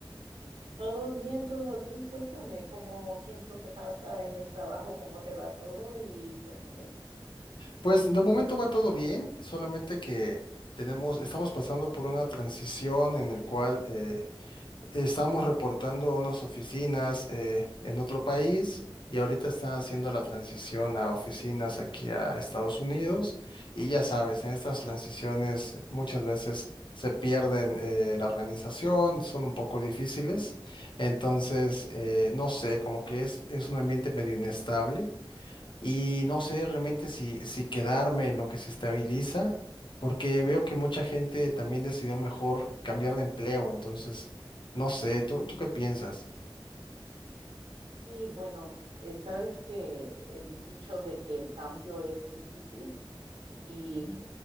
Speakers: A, on the right (about 75°); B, on the left (about 65°).
A: Todo bien, todo bien. Cuéntame cómo, qué es lo que pasa en el trabajo, cómo te va todo y cuéntame.
B: Pues de momento va todo bien, solamente que tenemos, estamos pasando por una transición en el cual eh, Estábamos reportando a unas oficinas eh, en otro país y ahorita están haciendo la transición a oficinas aquí a Estados Unidos. Y ya sabes, en estas transiciones muchas veces se pierden eh, la organización, son un poco difíciles. Entonces, eh, no sé, como que es, es un ambiente medio inestable y no sé realmente si, si quedarme en lo que se estabiliza, porque veo que mucha gente también decidió mejor cambiar de empleo, entonces, no sé, ¿tú, tú qué piensas?
A: Sí, bueno, eh, sabes que el dicho de que el cambio es difícil, Y